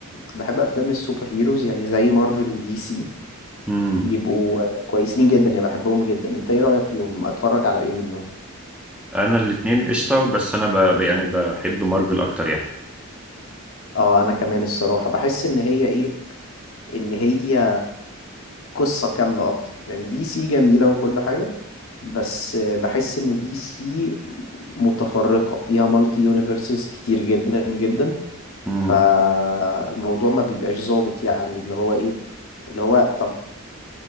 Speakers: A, on the left (about 65°); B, in the centre.
A: بحب افلام السوبر هيروز يعني زي مارفل ودي سي
B: امم
A: بيبقوا كويسين جدا يعني بحبهم جدا انت ايه رأيك فيهم اتفرج على ايه منهم
B: انا الاتنين قشطه بس انا ب... ب- يعني بحب مارفل اكتر يعني
A: اه انا كمان الصراحة بحس ان هي ايه ان هي قصة كاملة اكتر يعني دي سي جميلة وكل حاجة بس بحس ان دي سي متفرقة فيها مالتي يونيفرسز كتير جدا جدا
B: امم
A: فالموضوع ما بيبقاش ظابط يعني اللي هو ايه اللي هو طب